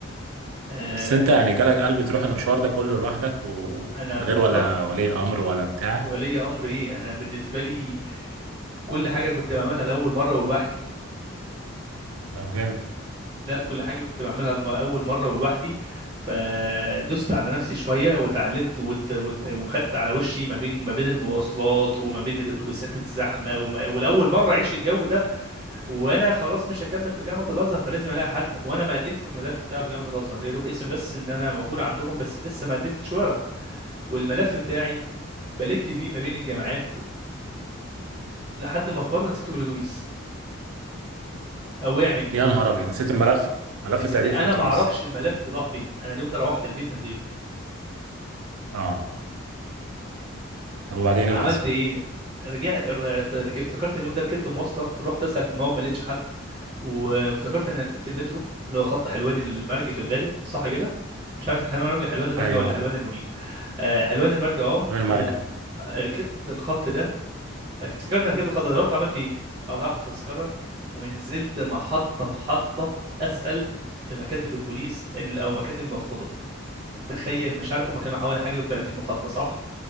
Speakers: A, on the right (about 25°); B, on the right (about 85°).
A: آه،
B: بس انت يعني جالك قلب تروح المشوار ده كله لوحدك ومن
A: انا بالظبط
B: غير ولا ولي امر ولا بتاع
A: ولي امر ايه انا بالنسبه لي كل حاجه كنت بعملها لاول مره ولوحدي
B: طب جامد
A: لا كل حاجه كنت بعملها لم- اول مره ولوحدي فدست على نفسي شويه وتعلمت ود- وت- وخدت على وشي ما بين ما بين المواصلات وما بين الاتوبيسات الزحمه وما ولاول مره اعيش الجو ده وانا خلاص مش هكمل في جامعه الازهر فلازم الاقي حل وانا ما قدمتش الملف بتاعي في جامعه الازهر يا دوب اسم بس ان انا موجود عندهم بس لسه ما قدمتش ورق والملف بتاعي بلف بيه ما بين الجامعات لحد ما في مره نسيته في الاتوبيس او وقع مني
B: يا نهار ابيض نسيت الملف ملف
A: نسيت
B: التقديم
A: انا
B: في الاتوبيس
A: ما اعرفش الملف ضاع فين انا اليوم ده روحت البيت من غيره
B: اه طب وبعدين إيه
A: عملت
B: اللي حصل
A: ايه رجعت ركبت افتكرت إن اليوم ده ركبت مواصله رحت اسال في الموقف ما لقيتش حد وافتكرت انا ركبت المترو اللي هو خط حلوان المرج في الغالب صح كده مش عارف حلوان المرج حلوان المرج
B: ايوه
A: ولا حلوان المنيب آه حلوان المرج اه
B: رمي المرجم
A: آه، ركبت الخط ده افتكرت انا ركبت الخط ده رحت عملت ايه قطعت تذكره ونزلت محطه محطه اسال في مكاتب البوليس ال- او مكاتب المفقودات تخيل مش عارف هما كانوا حوالي حاجه و30 محطه صح